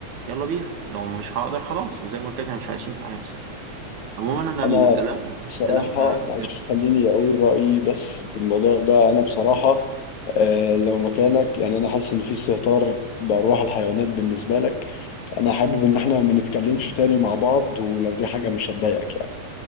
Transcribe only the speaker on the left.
أنا بصراحة
معلش خليني أقول رأيي بس في الموضوع ده أنا بصراحة آه لو مكانك يعني أنا حاسس إن في استهتار بأرواح الحيوانات بالنسبة لك فأنا حابب إن إحنا ما نتكلمش تاني مع بعض ولو دي حاجة مش هتضايقك يعني